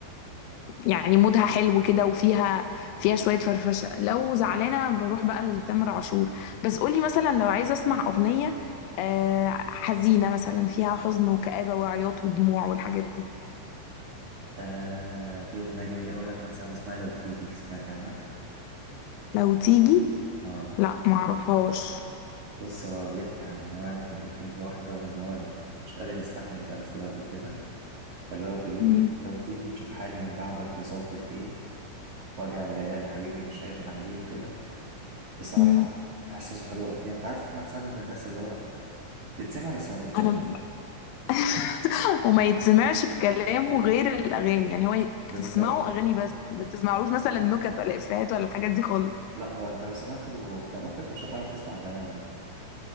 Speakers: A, on the left; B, on the right.
A: يعني مودها حلو كده وفيها فيها شوية فرفشة لو زعلانة بروح بقى لتامر عاشور بس قولي مثلا لو عايزة اسمع أغنية آه، حزينة مثلا فيها حزن وكآبة وعياط ودموع والحاجات دي
B: آه في اغنيه جميله قوي لاحمد سعد اسمها لو تيجي سمعت عنها
A: لو تيجي
B: اه
A: لا معرفهاش
B: بص هو بيحكي عن ان هو يعني كان بيحب واحده وان هو مش قادر يستحمل بقى الفراق وكده فاللي هو بيقول
A: مم.
B: لو تيجي تشوف حالي من بعدك وصلت لايه وجع الليالي حبيبي مش قادر عليه وكده بصراحه
A: مم.
B: احساسه حلو قوي فيها انت عارف احمد سعد من الناس اللي هو تتسمع بس ما تتشافش
A: انا <laughs> وما يتسمعش في كلامه غير الاغاني يعني هو
B: بالظبط
A: تسمعه اغاني بس ما تسمعلوش مثلا نكت ولا افيهات ولا الحاجات دي خالص
B: لا هو انت لو سمعته كنكت مش هتعرف تسمع اغانيه عموما